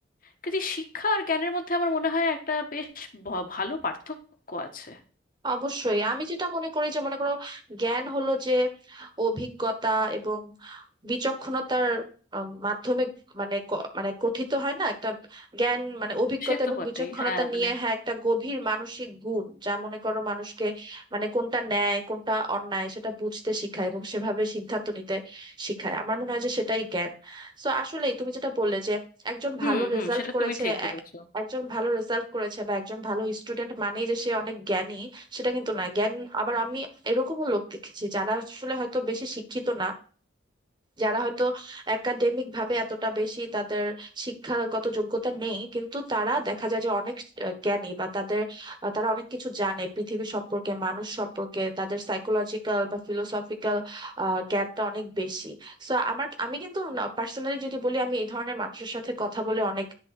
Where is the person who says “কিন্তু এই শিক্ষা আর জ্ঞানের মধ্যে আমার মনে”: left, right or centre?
Left